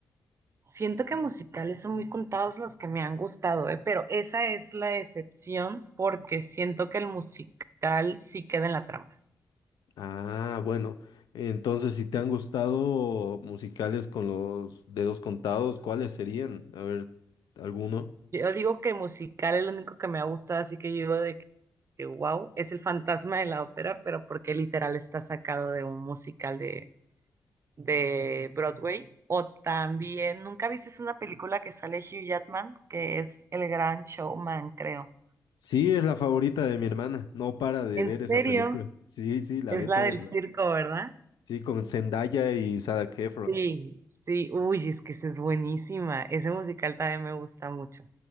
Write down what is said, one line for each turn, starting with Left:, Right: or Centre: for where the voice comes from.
Right: Siento que musicales son muy contados los que me han gustado, ¿eh? Pero esa es la excepción porque siento que el musical sí queda en la trama.
Left: Ah, bueno, entonces si te han gustado musicales con los dedos contados, ¿cuáles serían? A ver, ¿alguno?
Right: Yo digo que musical es lo único que me ha gustado, así que yo digo de que, que wow, es el fantasma de la ópera, pero porque literal está sacado de un musical de, de Broadway. O también, ¿nunca viste una película que sale Hugh Jackman? Que es El Gran Showman, creo.
Left: Sí, es la favorita de mi hermana. No para de
Right: ¿En
Left: ver esa
Right: serio?
Left: película. Sí, sí, la
Right: Es
Left: ve
Right: la
Left: todo
Right: del
Left: el rato.
Right: circo, ¿verdad?
Left: Sí, con Zendaya y Zac Efron.
Right: Sí, sí, uy, es que esa es buenísima. Ese musical también me gusta mucho.